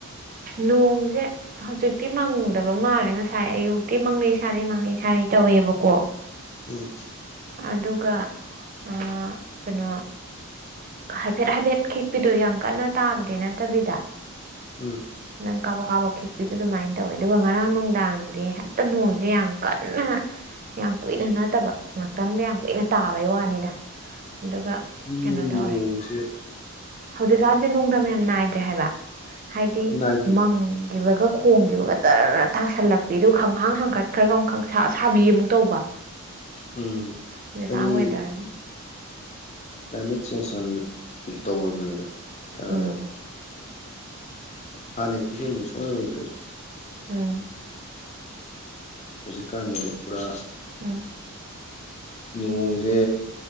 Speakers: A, on the right; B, on the left.
A: ꯅꯣꯡꯁꯦ ꯍꯧꯖꯤꯛꯇꯤ ꯃꯪꯗꯕ ꯃꯥꯜꯂꯦ ꯉꯁꯥꯏ ꯑꯌꯨꯛꯇꯤ ꯃꯪꯂꯤ ꯁꯥꯔꯤ ꯃꯪꯂꯤ ꯁꯥꯔꯤ ꯇꯧꯋꯦꯕꯀꯣ
B: ꯎꯝ
A: ꯑꯗꯨꯒ ꯑ ꯀꯩꯅꯣ ꯍꯥꯏꯐꯦꯠ ꯍꯥꯏꯐꯦꯠ ꯈꯤꯛꯄꯤꯗꯣ ꯌꯥꯝ ꯀꯟꯅ ꯇꯥꯕꯗꯤ ꯅꯠꯇꯕꯤꯗ
B: ꯎꯝ
A: ꯅꯥꯍꯟ ꯀꯥꯕꯛ ꯀꯥꯕꯛ ꯈꯤꯛꯄꯤꯗ ꯑꯗꯨꯃꯥꯏꯅ ꯇꯧꯋꯦ ꯑꯗꯨꯒ ꯉꯔꯥꯡ ꯅꯨꯡꯗꯥꯡꯗꯤ ꯍꯦꯛꯇ ꯅꯣꯡꯁꯦ ꯌꯥꯝ ꯀꯟꯅ ꯌꯥꯝ ꯀꯨꯏꯅ ꯅꯠꯇꯕ ꯉꯥꯛꯇꯪꯗ ꯌꯥꯝ ꯀꯨꯏꯅ ꯇꯥꯕꯩ ꯋꯥꯅꯤꯗ ꯑꯗꯨꯒ
B: ꯑꯗꯨꯗꯤ
A: ꯀꯩꯅꯣ ꯇꯧꯔꯦ
B: ꯅꯣꯡꯁꯦ
A: ꯍꯧꯖꯤꯛꯀꯥꯟꯁꯦ ꯅꯨꯡꯗꯝ ꯌꯥꯝ ꯅꯥꯏꯗ꯭ꯔꯦ ꯍꯥꯏꯕ ꯍꯥꯏꯗꯤ
B: ꯅꯥꯏꯗꯦ
A: ꯃꯪꯈꯤꯕꯒ ꯈꯣꯡꯈꯤꯕꯒ ꯖꯔ ꯇꯥꯁꯤꯜꯂꯛꯄꯤ ꯑꯗꯨꯒ ꯈꯪꯍꯥꯡ ꯍꯥꯡꯀꯠ ꯈꯔꯒ ꯑꯃꯨꯛ ꯈꯪꯁꯥ ꯁꯥꯕꯤ ꯑꯃꯨꯛ ꯇꯧꯕ
B: ꯎꯝ
A: ꯀꯥꯃꯦ
B: ꯍꯥꯏꯗꯤ
A: ꯗꯔꯗ
B: ꯀ꯭ꯂꯥꯏꯃꯦꯠ ꯆꯦꯟꯖ ꯌꯥꯝꯅ ꯇꯧꯔꯕꯅꯤꯗ ꯌꯥꯗ꯭ꯔꯕꯗꯤ
A: ꯎꯝ
B: ꯍꯥ ꯅ ꯁꯨꯝ ꯁꯃ ꯑꯣꯏꯔ
A: ꯎꯝ
B: ꯍꯧꯖꯤꯛꯀꯥꯟꯗꯤ ꯄꯨꯔꯥ
A: ꯎꯝ
B: ꯅꯣꯡꯁꯦ